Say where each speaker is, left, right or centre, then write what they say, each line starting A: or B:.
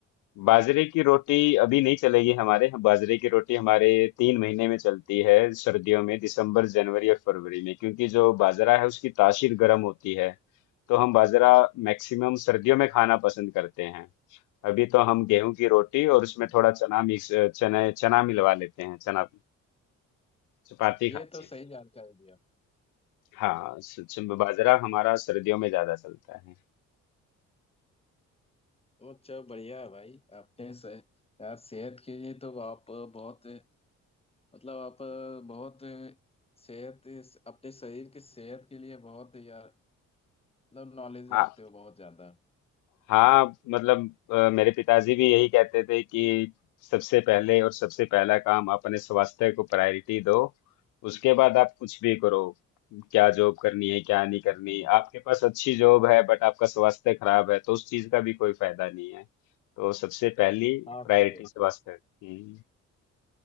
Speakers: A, on the left (about 90°); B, on the left (about 20°).
A: बाजरे की रोटी अभी नहीं चलेगी हमारे यहाँ बाजरे की रोटी हमारे तीन महीने में चलती है सर्दियों में दिसंबर जनवरी और फरवरी में क्योंकि जो बाजरा है उसकी तासीर गर्म होती है तो हम बाजरा मैक्सिमम सर्दियों में खाना पसंद करते हैं अभी तो हम गेहूं की रोटी और उसमें
B: हम्म,
A: थोड़ा चना मिक्स चने चना मिलवा लेते हैं चना चपाती
B: अच्छा
A: खाते
B: ये तो सही
A: हैं
B: जानकारी दी आप
A: हाँ स- च- बाजरा हमारा सर्दियों में ज्यादा चलता है
B: तो अच्छा बढ़िया है भाई आपने सह, यार सेहत के लिए तो आप बहुत मतलब आप बहुत सेहत अपने शरीर की सेहत के लिए बहुत यार मतलब नॉलेज
A: हाँ,
B: रखते हो बहुत ज्यादा
A: हाँ मतलब अ, मेरे पिताजी भी यही कहते थे कि सबसे पहले और सबसे पहला काम आप अपने स्वास्थ्य को प्रायोरिटी दो उसके बाद आप कुछ भी करो क्या जॉब करनी है क्या नहीं करनी
B: हम्म
A: आपके पास अच्छी जॉब है बट आपका स्वास्थ्य खराब है तो उस चीज का भी कोई फायदा नहीं है तो सबसे पहली
B: हाँ
A: प्रायोरिटी
B: सही है
A: स्वास्थ्य हम्म,